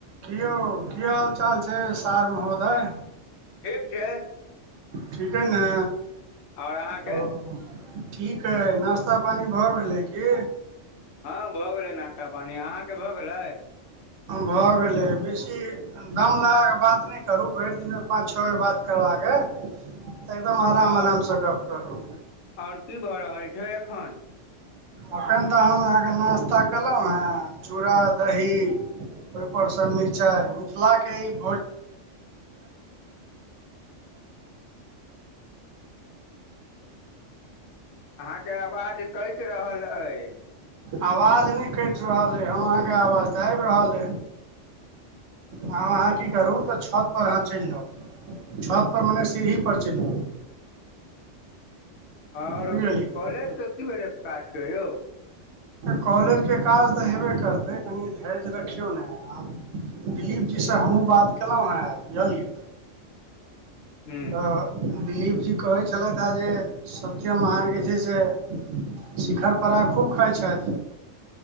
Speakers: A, on the right (about 80°); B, on the left (about 65°).
A: कि यौ, कि हाल चाल छै, सार महोदय?
B: ठीक छै।
A: ठीकै ने
B: आओर अहाँके
A: ओ। ठीक हइ नऽ, नाश्ता पानि भऽ गेलै की?
B: हँ, भऽ गेलै नाश्ता पानि, अहाँके भऽ गेलै?
A: भऽ गेलै बेसी। दम लगाकऽ बात नहि करू, भरि दिनमे पाँच छओ बेर बात करबऽ के? एकदम आराम
B: आओर
A: आरामसँ गप करू।
B: आओर की भऽ रहल छै एखन?
A: एखन तऽ हम अहाँकेँ नाश्ता कहलहुँ हेँ चूड़ा दही। ओहि पर सँ मिरचाइ मिथिलाक ई भोज।
B: अहाँकेँ आवाज कटि रहल अछि।
A: आवाज नहि कटि रहल अइ, हम अहाँके आवाज तऽ आबि रहल अइ। आ अहाँ की करू, तऽ छतपर अहाँ चलि जाउ। छतपर मने सीढ़ीपर चलि जाउ।
B: आओर
A: बुझलियै
B: ओ कॉलेजके की भेलै काज, यौ?
A: कॉलेजके काज तऽ हेबे करतै, कनि धैर्य रखियौ न। दिलीप जीसँ हमहुँ बात केलहुँ हँ, बुझलियै।
B: हूँ
A: तऽ दिलीप जी कहै छलथि हे जे सत्यम अहाँकेँ जे छै से। शिखर पराग खूब खाय छथि।